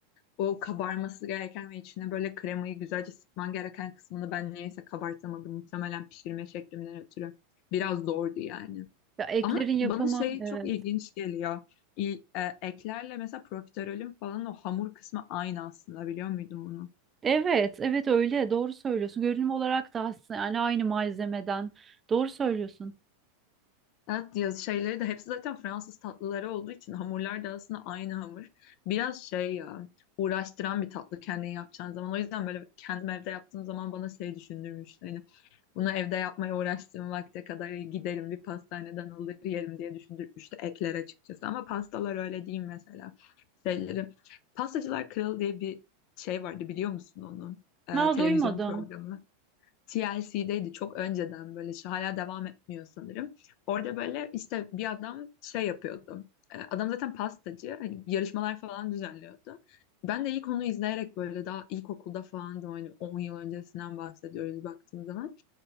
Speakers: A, on the left; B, on the right.
A: O kabarması gereken ve içine böyle kremayı güzelce sıkman gereken kısmını ben niyeyse kabartamadım. Muhtemelen pişirme şeklimden ötürü. Biraz zordu yani.
B: Ya eklerin
A: Ama
B: yapımı
A: bana şey
B: evet.
A: çok ilginç geliyor. İl- e, eklerle mesela profiterolün falan o hamur kısmı aynı aslında biliyor muydun bunu?
B: Evet, evet öyle. Doğru söylüyorsun. Görünüm olarak da aslında yani aynı malzemeden. Doğru söylüyorsun.
A: Evet, yaz şeyleri de hepsi zaten Fransız tatlıları olduğu için hamurlar da aslında aynı hamur. Biraz şey ya uğraştıran bir tatlı kendin yapacağın zaman. O yüzden böyle kendim evde yaptığım zaman bana şey düşündürmüştü. Hani bunu evde yapmaya uğraştığım vakte kadar giderim bir pastaneden alır yerim diye düşündürmüştü ekler açıkçası. Ama pastalar öyle değil mesela. Şeyleri. Pastacılar Kralı diye bir şey vardı biliyor musun onu? Ee,
B: Ma
A: televizyon
B: duymadım.
A: programı. TLC'deydi çok önceden böyle şu hala devam etmiyor sanırım. Orada böyle işte bir adam şey yapıyordu. E, Adam zaten pastacı hani yarışmalar falan düzenliyordu. Ben de ilk onu izleyerek böyle daha ilkokulda falandım hani 10 yıl öncesinden bahsediyoruz baktığım zaman.